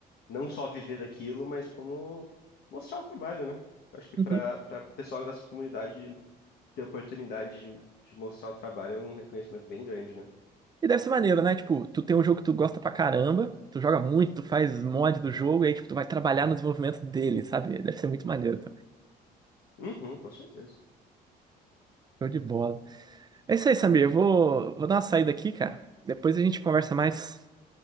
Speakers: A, on the left; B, on the right.
A: não só viver daquilo, mas como mostrar o trabalho, né? Eu acho que
B: Uhum.
A: para para pessoal dessa comunidade ter a oportunidade de, de mostrar o trabalho é um reconhecimento bem grande, né?
B: E deve ser maneiro, né? Tipo, tu tem um jogo que tu gosta pra caramba, tu joga muito, tu faz mod do jogo, e aí, tipo, tu vai trabalhar no desenvolvimento dele, sabe? Deve ser muito maneiro também.
A: Uhum, com certeza.
B: Show de bola. É isso aí, Samir. Eu vou, vou dar uma saída aqui, cara. Depois a gente conversa mais.